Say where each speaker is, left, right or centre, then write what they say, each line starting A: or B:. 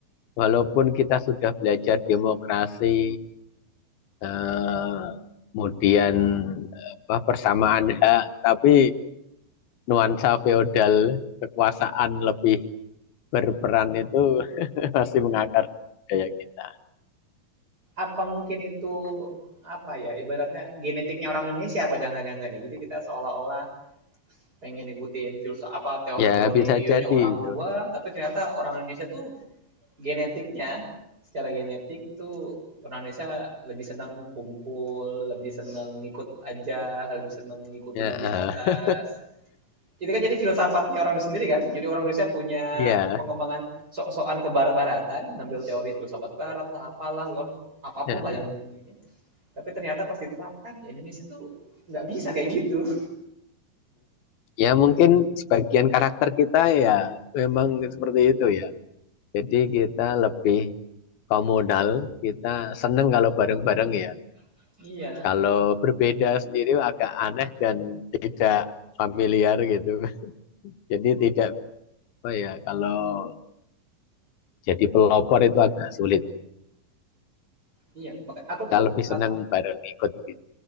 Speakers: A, on the left; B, on the right.
A: walaupun kita sudah belajar demokrasi eh, kemudian apa persamaan hak, tapi nuansa feodal kekuasaan lebih berperan itu <laughs> masih mengakar kayak gitu.
B: Apa mungkin itu apa ya ibaratnya genetiknya orang Indonesia apa jangan-jangan ya. Jadi kita seolah-olah Pengen ngikutin filsafat apa, teori-teorinya
A: Ya bisa jadi
B: orang
A: itu.
B: luar, tapi ternyata orang Indonesia tuh genetiknya, secara genetik tuh orang Indonesia lebih senang kumpul, lebih senang ngikut aja, lebih senang ngikutin
A: Ya,
B: yang di
A: eh,
B: atas. Itu kan jadi filsafatnya orang Indonesia sendiri kan. Jadi orang Indonesia punya
A: iya.
B: pengembangan sok-sokan ke barat-baratan, ngambil teori filsafat barat lah, apalah, yon- apapun
A: ya, eh,
B: lah yang ini. Tapi ternyata pas diterapkan, ya Indonesia tuh nggak bisa kayak gitu.
A: Ya mungkin sebagian karakter kita ya memang seperti itu ya. Jadi kita lebih komunal, kita seneng kalau bareng-bareng ya.
B: <laughs> Iya.
A: Kalau berbeda sendiri agak aneh dan tidak familiar gitu. <laughs> Jadi tidak apa ya kalau jadi pelopor itu agak sulit.
B: Iya, maka aku
A: kita
B: tuh
A: lebih senang
B: ag
A: bareng ikut gitu.